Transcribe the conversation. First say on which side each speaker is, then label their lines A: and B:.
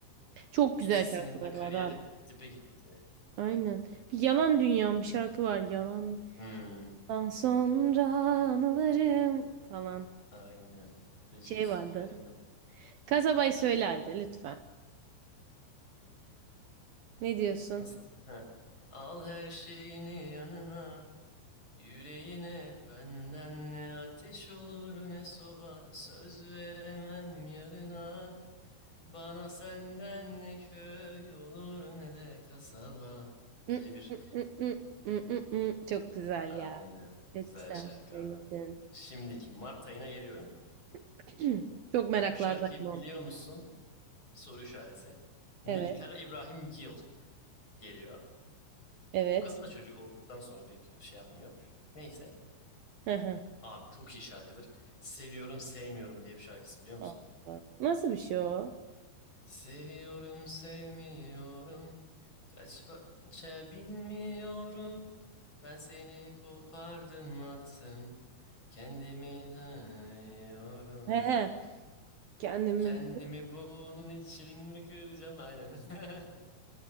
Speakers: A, on the right; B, on the left.
A: Çok güzel
B: ikisinin
A: şarkılar
B: de kariyeri
A: var abi.
B: dibe gitti.
A: Aynen. Bir Yalan Dünyam bir şarkı var. Yalandan
B: Hmm,
A: sonra anılarım falan.
B: aynen. Gidecek
A: Şey vardı.
B: yerim yok.
A: Kasabayı söyle hadi lütfen. Ne diyorsun?
B: Nasıl? Heh. Al her şeyini yanına. Yüreğine benden ne ateş olur ne soba söz veremem yarına bana senden ne köy olur ne de kasaba
A: Hı,
B: diye bir
A: hı, hı, hı, hı, hı, hı. Çok güzel
B: aynen
A: ya. Çok
B: güzel
A: güzel
B: şarkı
A: söyledin.
B: abi. Şimdiki Mart ayına geliyorum.
A: <clears throat> Çok meraklardayım
B: Bu şarkıyı
A: oğlum.
B: biliyor musun? Soru işareti. Nil
A: Evet.
B: Kara İbrahim Gil geliyor.
A: Evet.
B: Bu kadın da çocuğu olduktan sonra pek şey yapmıyor. Neyse
A: <laughs>
B: abi çok iyi şarkıdır. Seviyorum sevmiyorum diye bir şarkısı biliyor musun?
A: Allah. Nasıl bir şey o?
B: Seviyorum, sevmiyorum. Kaç parça bilmiyorum. Ben seni kopardım attım. Kendimi dayıyorum.
A: He he. Kendimi
B: Kendimi bunun için mi kıracağım? Aynen. <laughs>